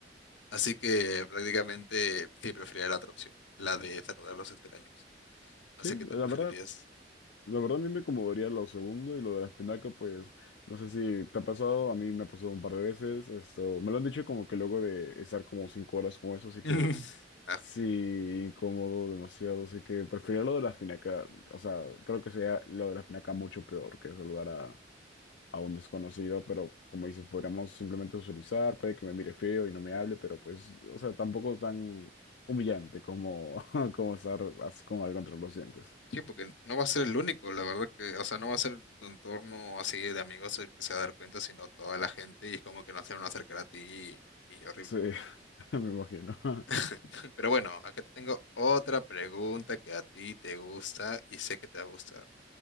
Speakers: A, on the left (about 85°); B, on the left (about 70°).
A: Así que prácticamente sí preferiría la otra opción, la de saludar a los extraños.
B: Sí,
A: No sé qué tú
B: la
A: preferirías.
B: verdad. La verdad a mí me acomodaría lo segundo y lo de la espinaca, pues no sé si te ha pasado, a mí me ha pasado un par de veces, esto, me lo han dicho como que luego de estar como cinco horas con eso, así
A: <laughs>
B: que
A: Ah,
B: sí, incómodo demasiado, así que preferiría lo de la espinaca, o sea, creo que sería lo de la espinaca mucho peor que saludar a, a un desconocido, pero como dices, podríamos simplemente socializar puede que me mire feo y no me hable, pero pues, o sea, tampoco es tan humillante como, <laughs> como estar así con algo entre los dientes.
A: sí, porque no va a ser el único, la verdad que, o sea, no va a ser tu entorno así de amigos el que se va a dar cuenta, sino toda la gente y es como que no se van a acercar a ti y, y horrible.
B: Sí, <laughs> me imagino. <laughs>
A: <laughs> Pero bueno, acá te tengo otra pregunta que a ti te gusta y sé que te gusta.